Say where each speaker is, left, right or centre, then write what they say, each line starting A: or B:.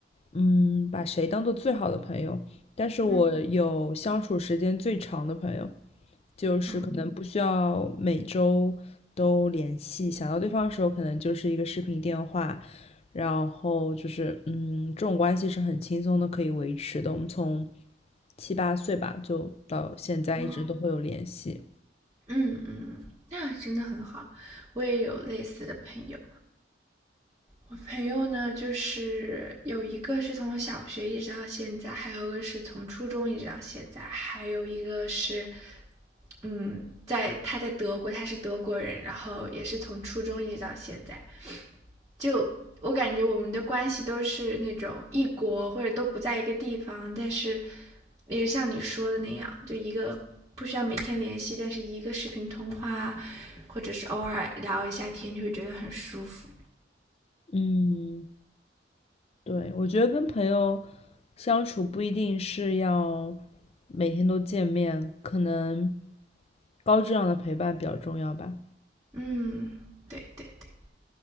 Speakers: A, on the left (about 35°); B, on the right (about 20°).
A: 嗯，把谁当做最好的朋友？但是我有相处时间最长的朋友，
B: 嗯。
A: 就是可能不需要每周都联系，
B: 嗯
A: 想到对方的时候，可能就是一个视频电话，然后就是嗯，这种关系是很轻松的可以维持的。我们从七八岁吧，就到现在一直都会有联系。
B: 哇嗯嗯，那真的很好。我也有类似的朋友，我朋友呢，就是有一个是从小学一直到现在，还有一个是从初中一直到现在，还有一个是，嗯，在他在德国，他是德国人，然后也是从初中一直到现在。就我感觉我们的关系都是那种异国或者都不在一个地方，但是也是像你说的那样，就一个不需要每天联系，但是一个视频通话，或者是偶尔聊一下天，就会觉得很舒服。
A: 嗯，对，我觉得跟朋友相处不一定是要每天都见面，可能高质量的陪伴比较重要吧。
B: 嗯，对对对。